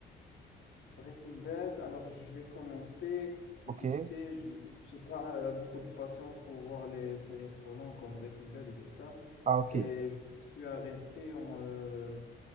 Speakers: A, on the left; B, on the right.
A: Breaking Bad, alors j'ai commencé,
B: Ok.
A: mais tu sais, je- j'ai pas euh, beaucoup de patience pour voir les séries trop longues comme Breaking Bad et tout ça.
B: Ah, ok.
A: Et je me suis arrêté en, euh,